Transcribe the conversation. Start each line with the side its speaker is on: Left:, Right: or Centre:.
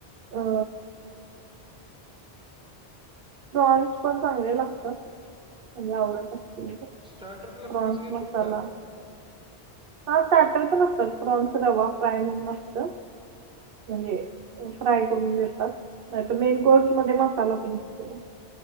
Right: अ! प्रॉन्स पण चांगले लागतात आणि आवडतां.
Centre: स्टार्टर्सला
Right: प्रॉन्स
Centre: फ्रॉन्स घेतात
Right: मसाला.
Centre: का
Right: हा स्टार्टर पण असतात, प्रॉन्स रवा फ्राय म्हणून असत म्हणजे. फ्राय करून देतात, नाहीतर मेन कोर्स मध्ये मसाला <unintelligible> असतो.